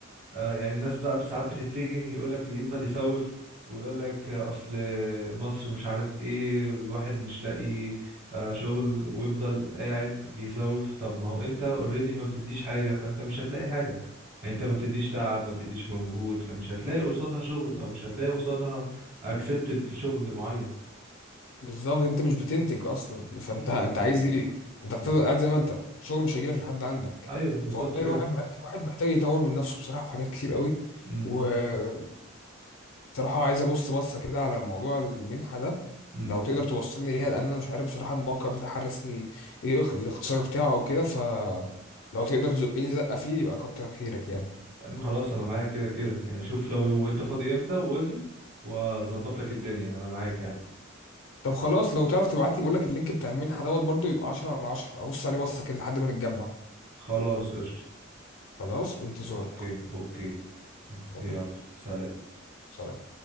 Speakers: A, on the right (about 30°); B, on the left (about 75°).
A: آه، يعني الناس بقى ساعات بتتجه يقول لك يفضل يسوف ويقول لك اصل مصر مش عارف ايه الواحد مش لاقي آه، شغل ويفضل قاعد بيسوف طب ما هو انت اوريدي ما بتديش حاجة فانت مش هتلاقي حاجة يعني انت ما بتديش تعب ما بتديش مجهود فمش هتلاقي قصادها شغل او مش هتلاقي قصادها اكسبتد في شغل معين
B: بالظبط انت مش بتنتج اصلا فانت
A: مم.
B: انت عايز ايه انت هتفضل
A: بز...
B: قاعد زي ما انت شغل مش هيجيلك لحد عندك
A: ايوه بالظبط
B: فوالله
A: كده
B: الواحد مح- الواحد محتاج يطور من نفسه بصراحه في حاجات كتير قوي
A: مم.
B: وبصراحه عايز ابص بصه كده على موضوع المنحه ده
A: مم.
B: لو تقدر توصلني ليها لان انا مش عارف بصراحه الموقع بتاعها الرسمي ايه اخ- الاختصار بتاعه او كده ف لو تقدر تزقني زقه فيه يبقى كتر خيرك يعني
A: يا عم خلاص انا معاك كده كده يعني شوف لو لو انت فاضي امتى وقول لي واظبط لك الدنيا انا معاك يعني
B: طب خلاص لو تعرف تبعت لي بقول لك اللينك بتاع المنحه دوت برضو يبقى 10 على 10 ابص عليه بصه كده لحد ما نتجمع
A: خلاص قشطة
B: خلاص بانتظارك
A: اوكي اوكي
B: يلا
A: يلا
B: بينا.
A: سلام
B: سلام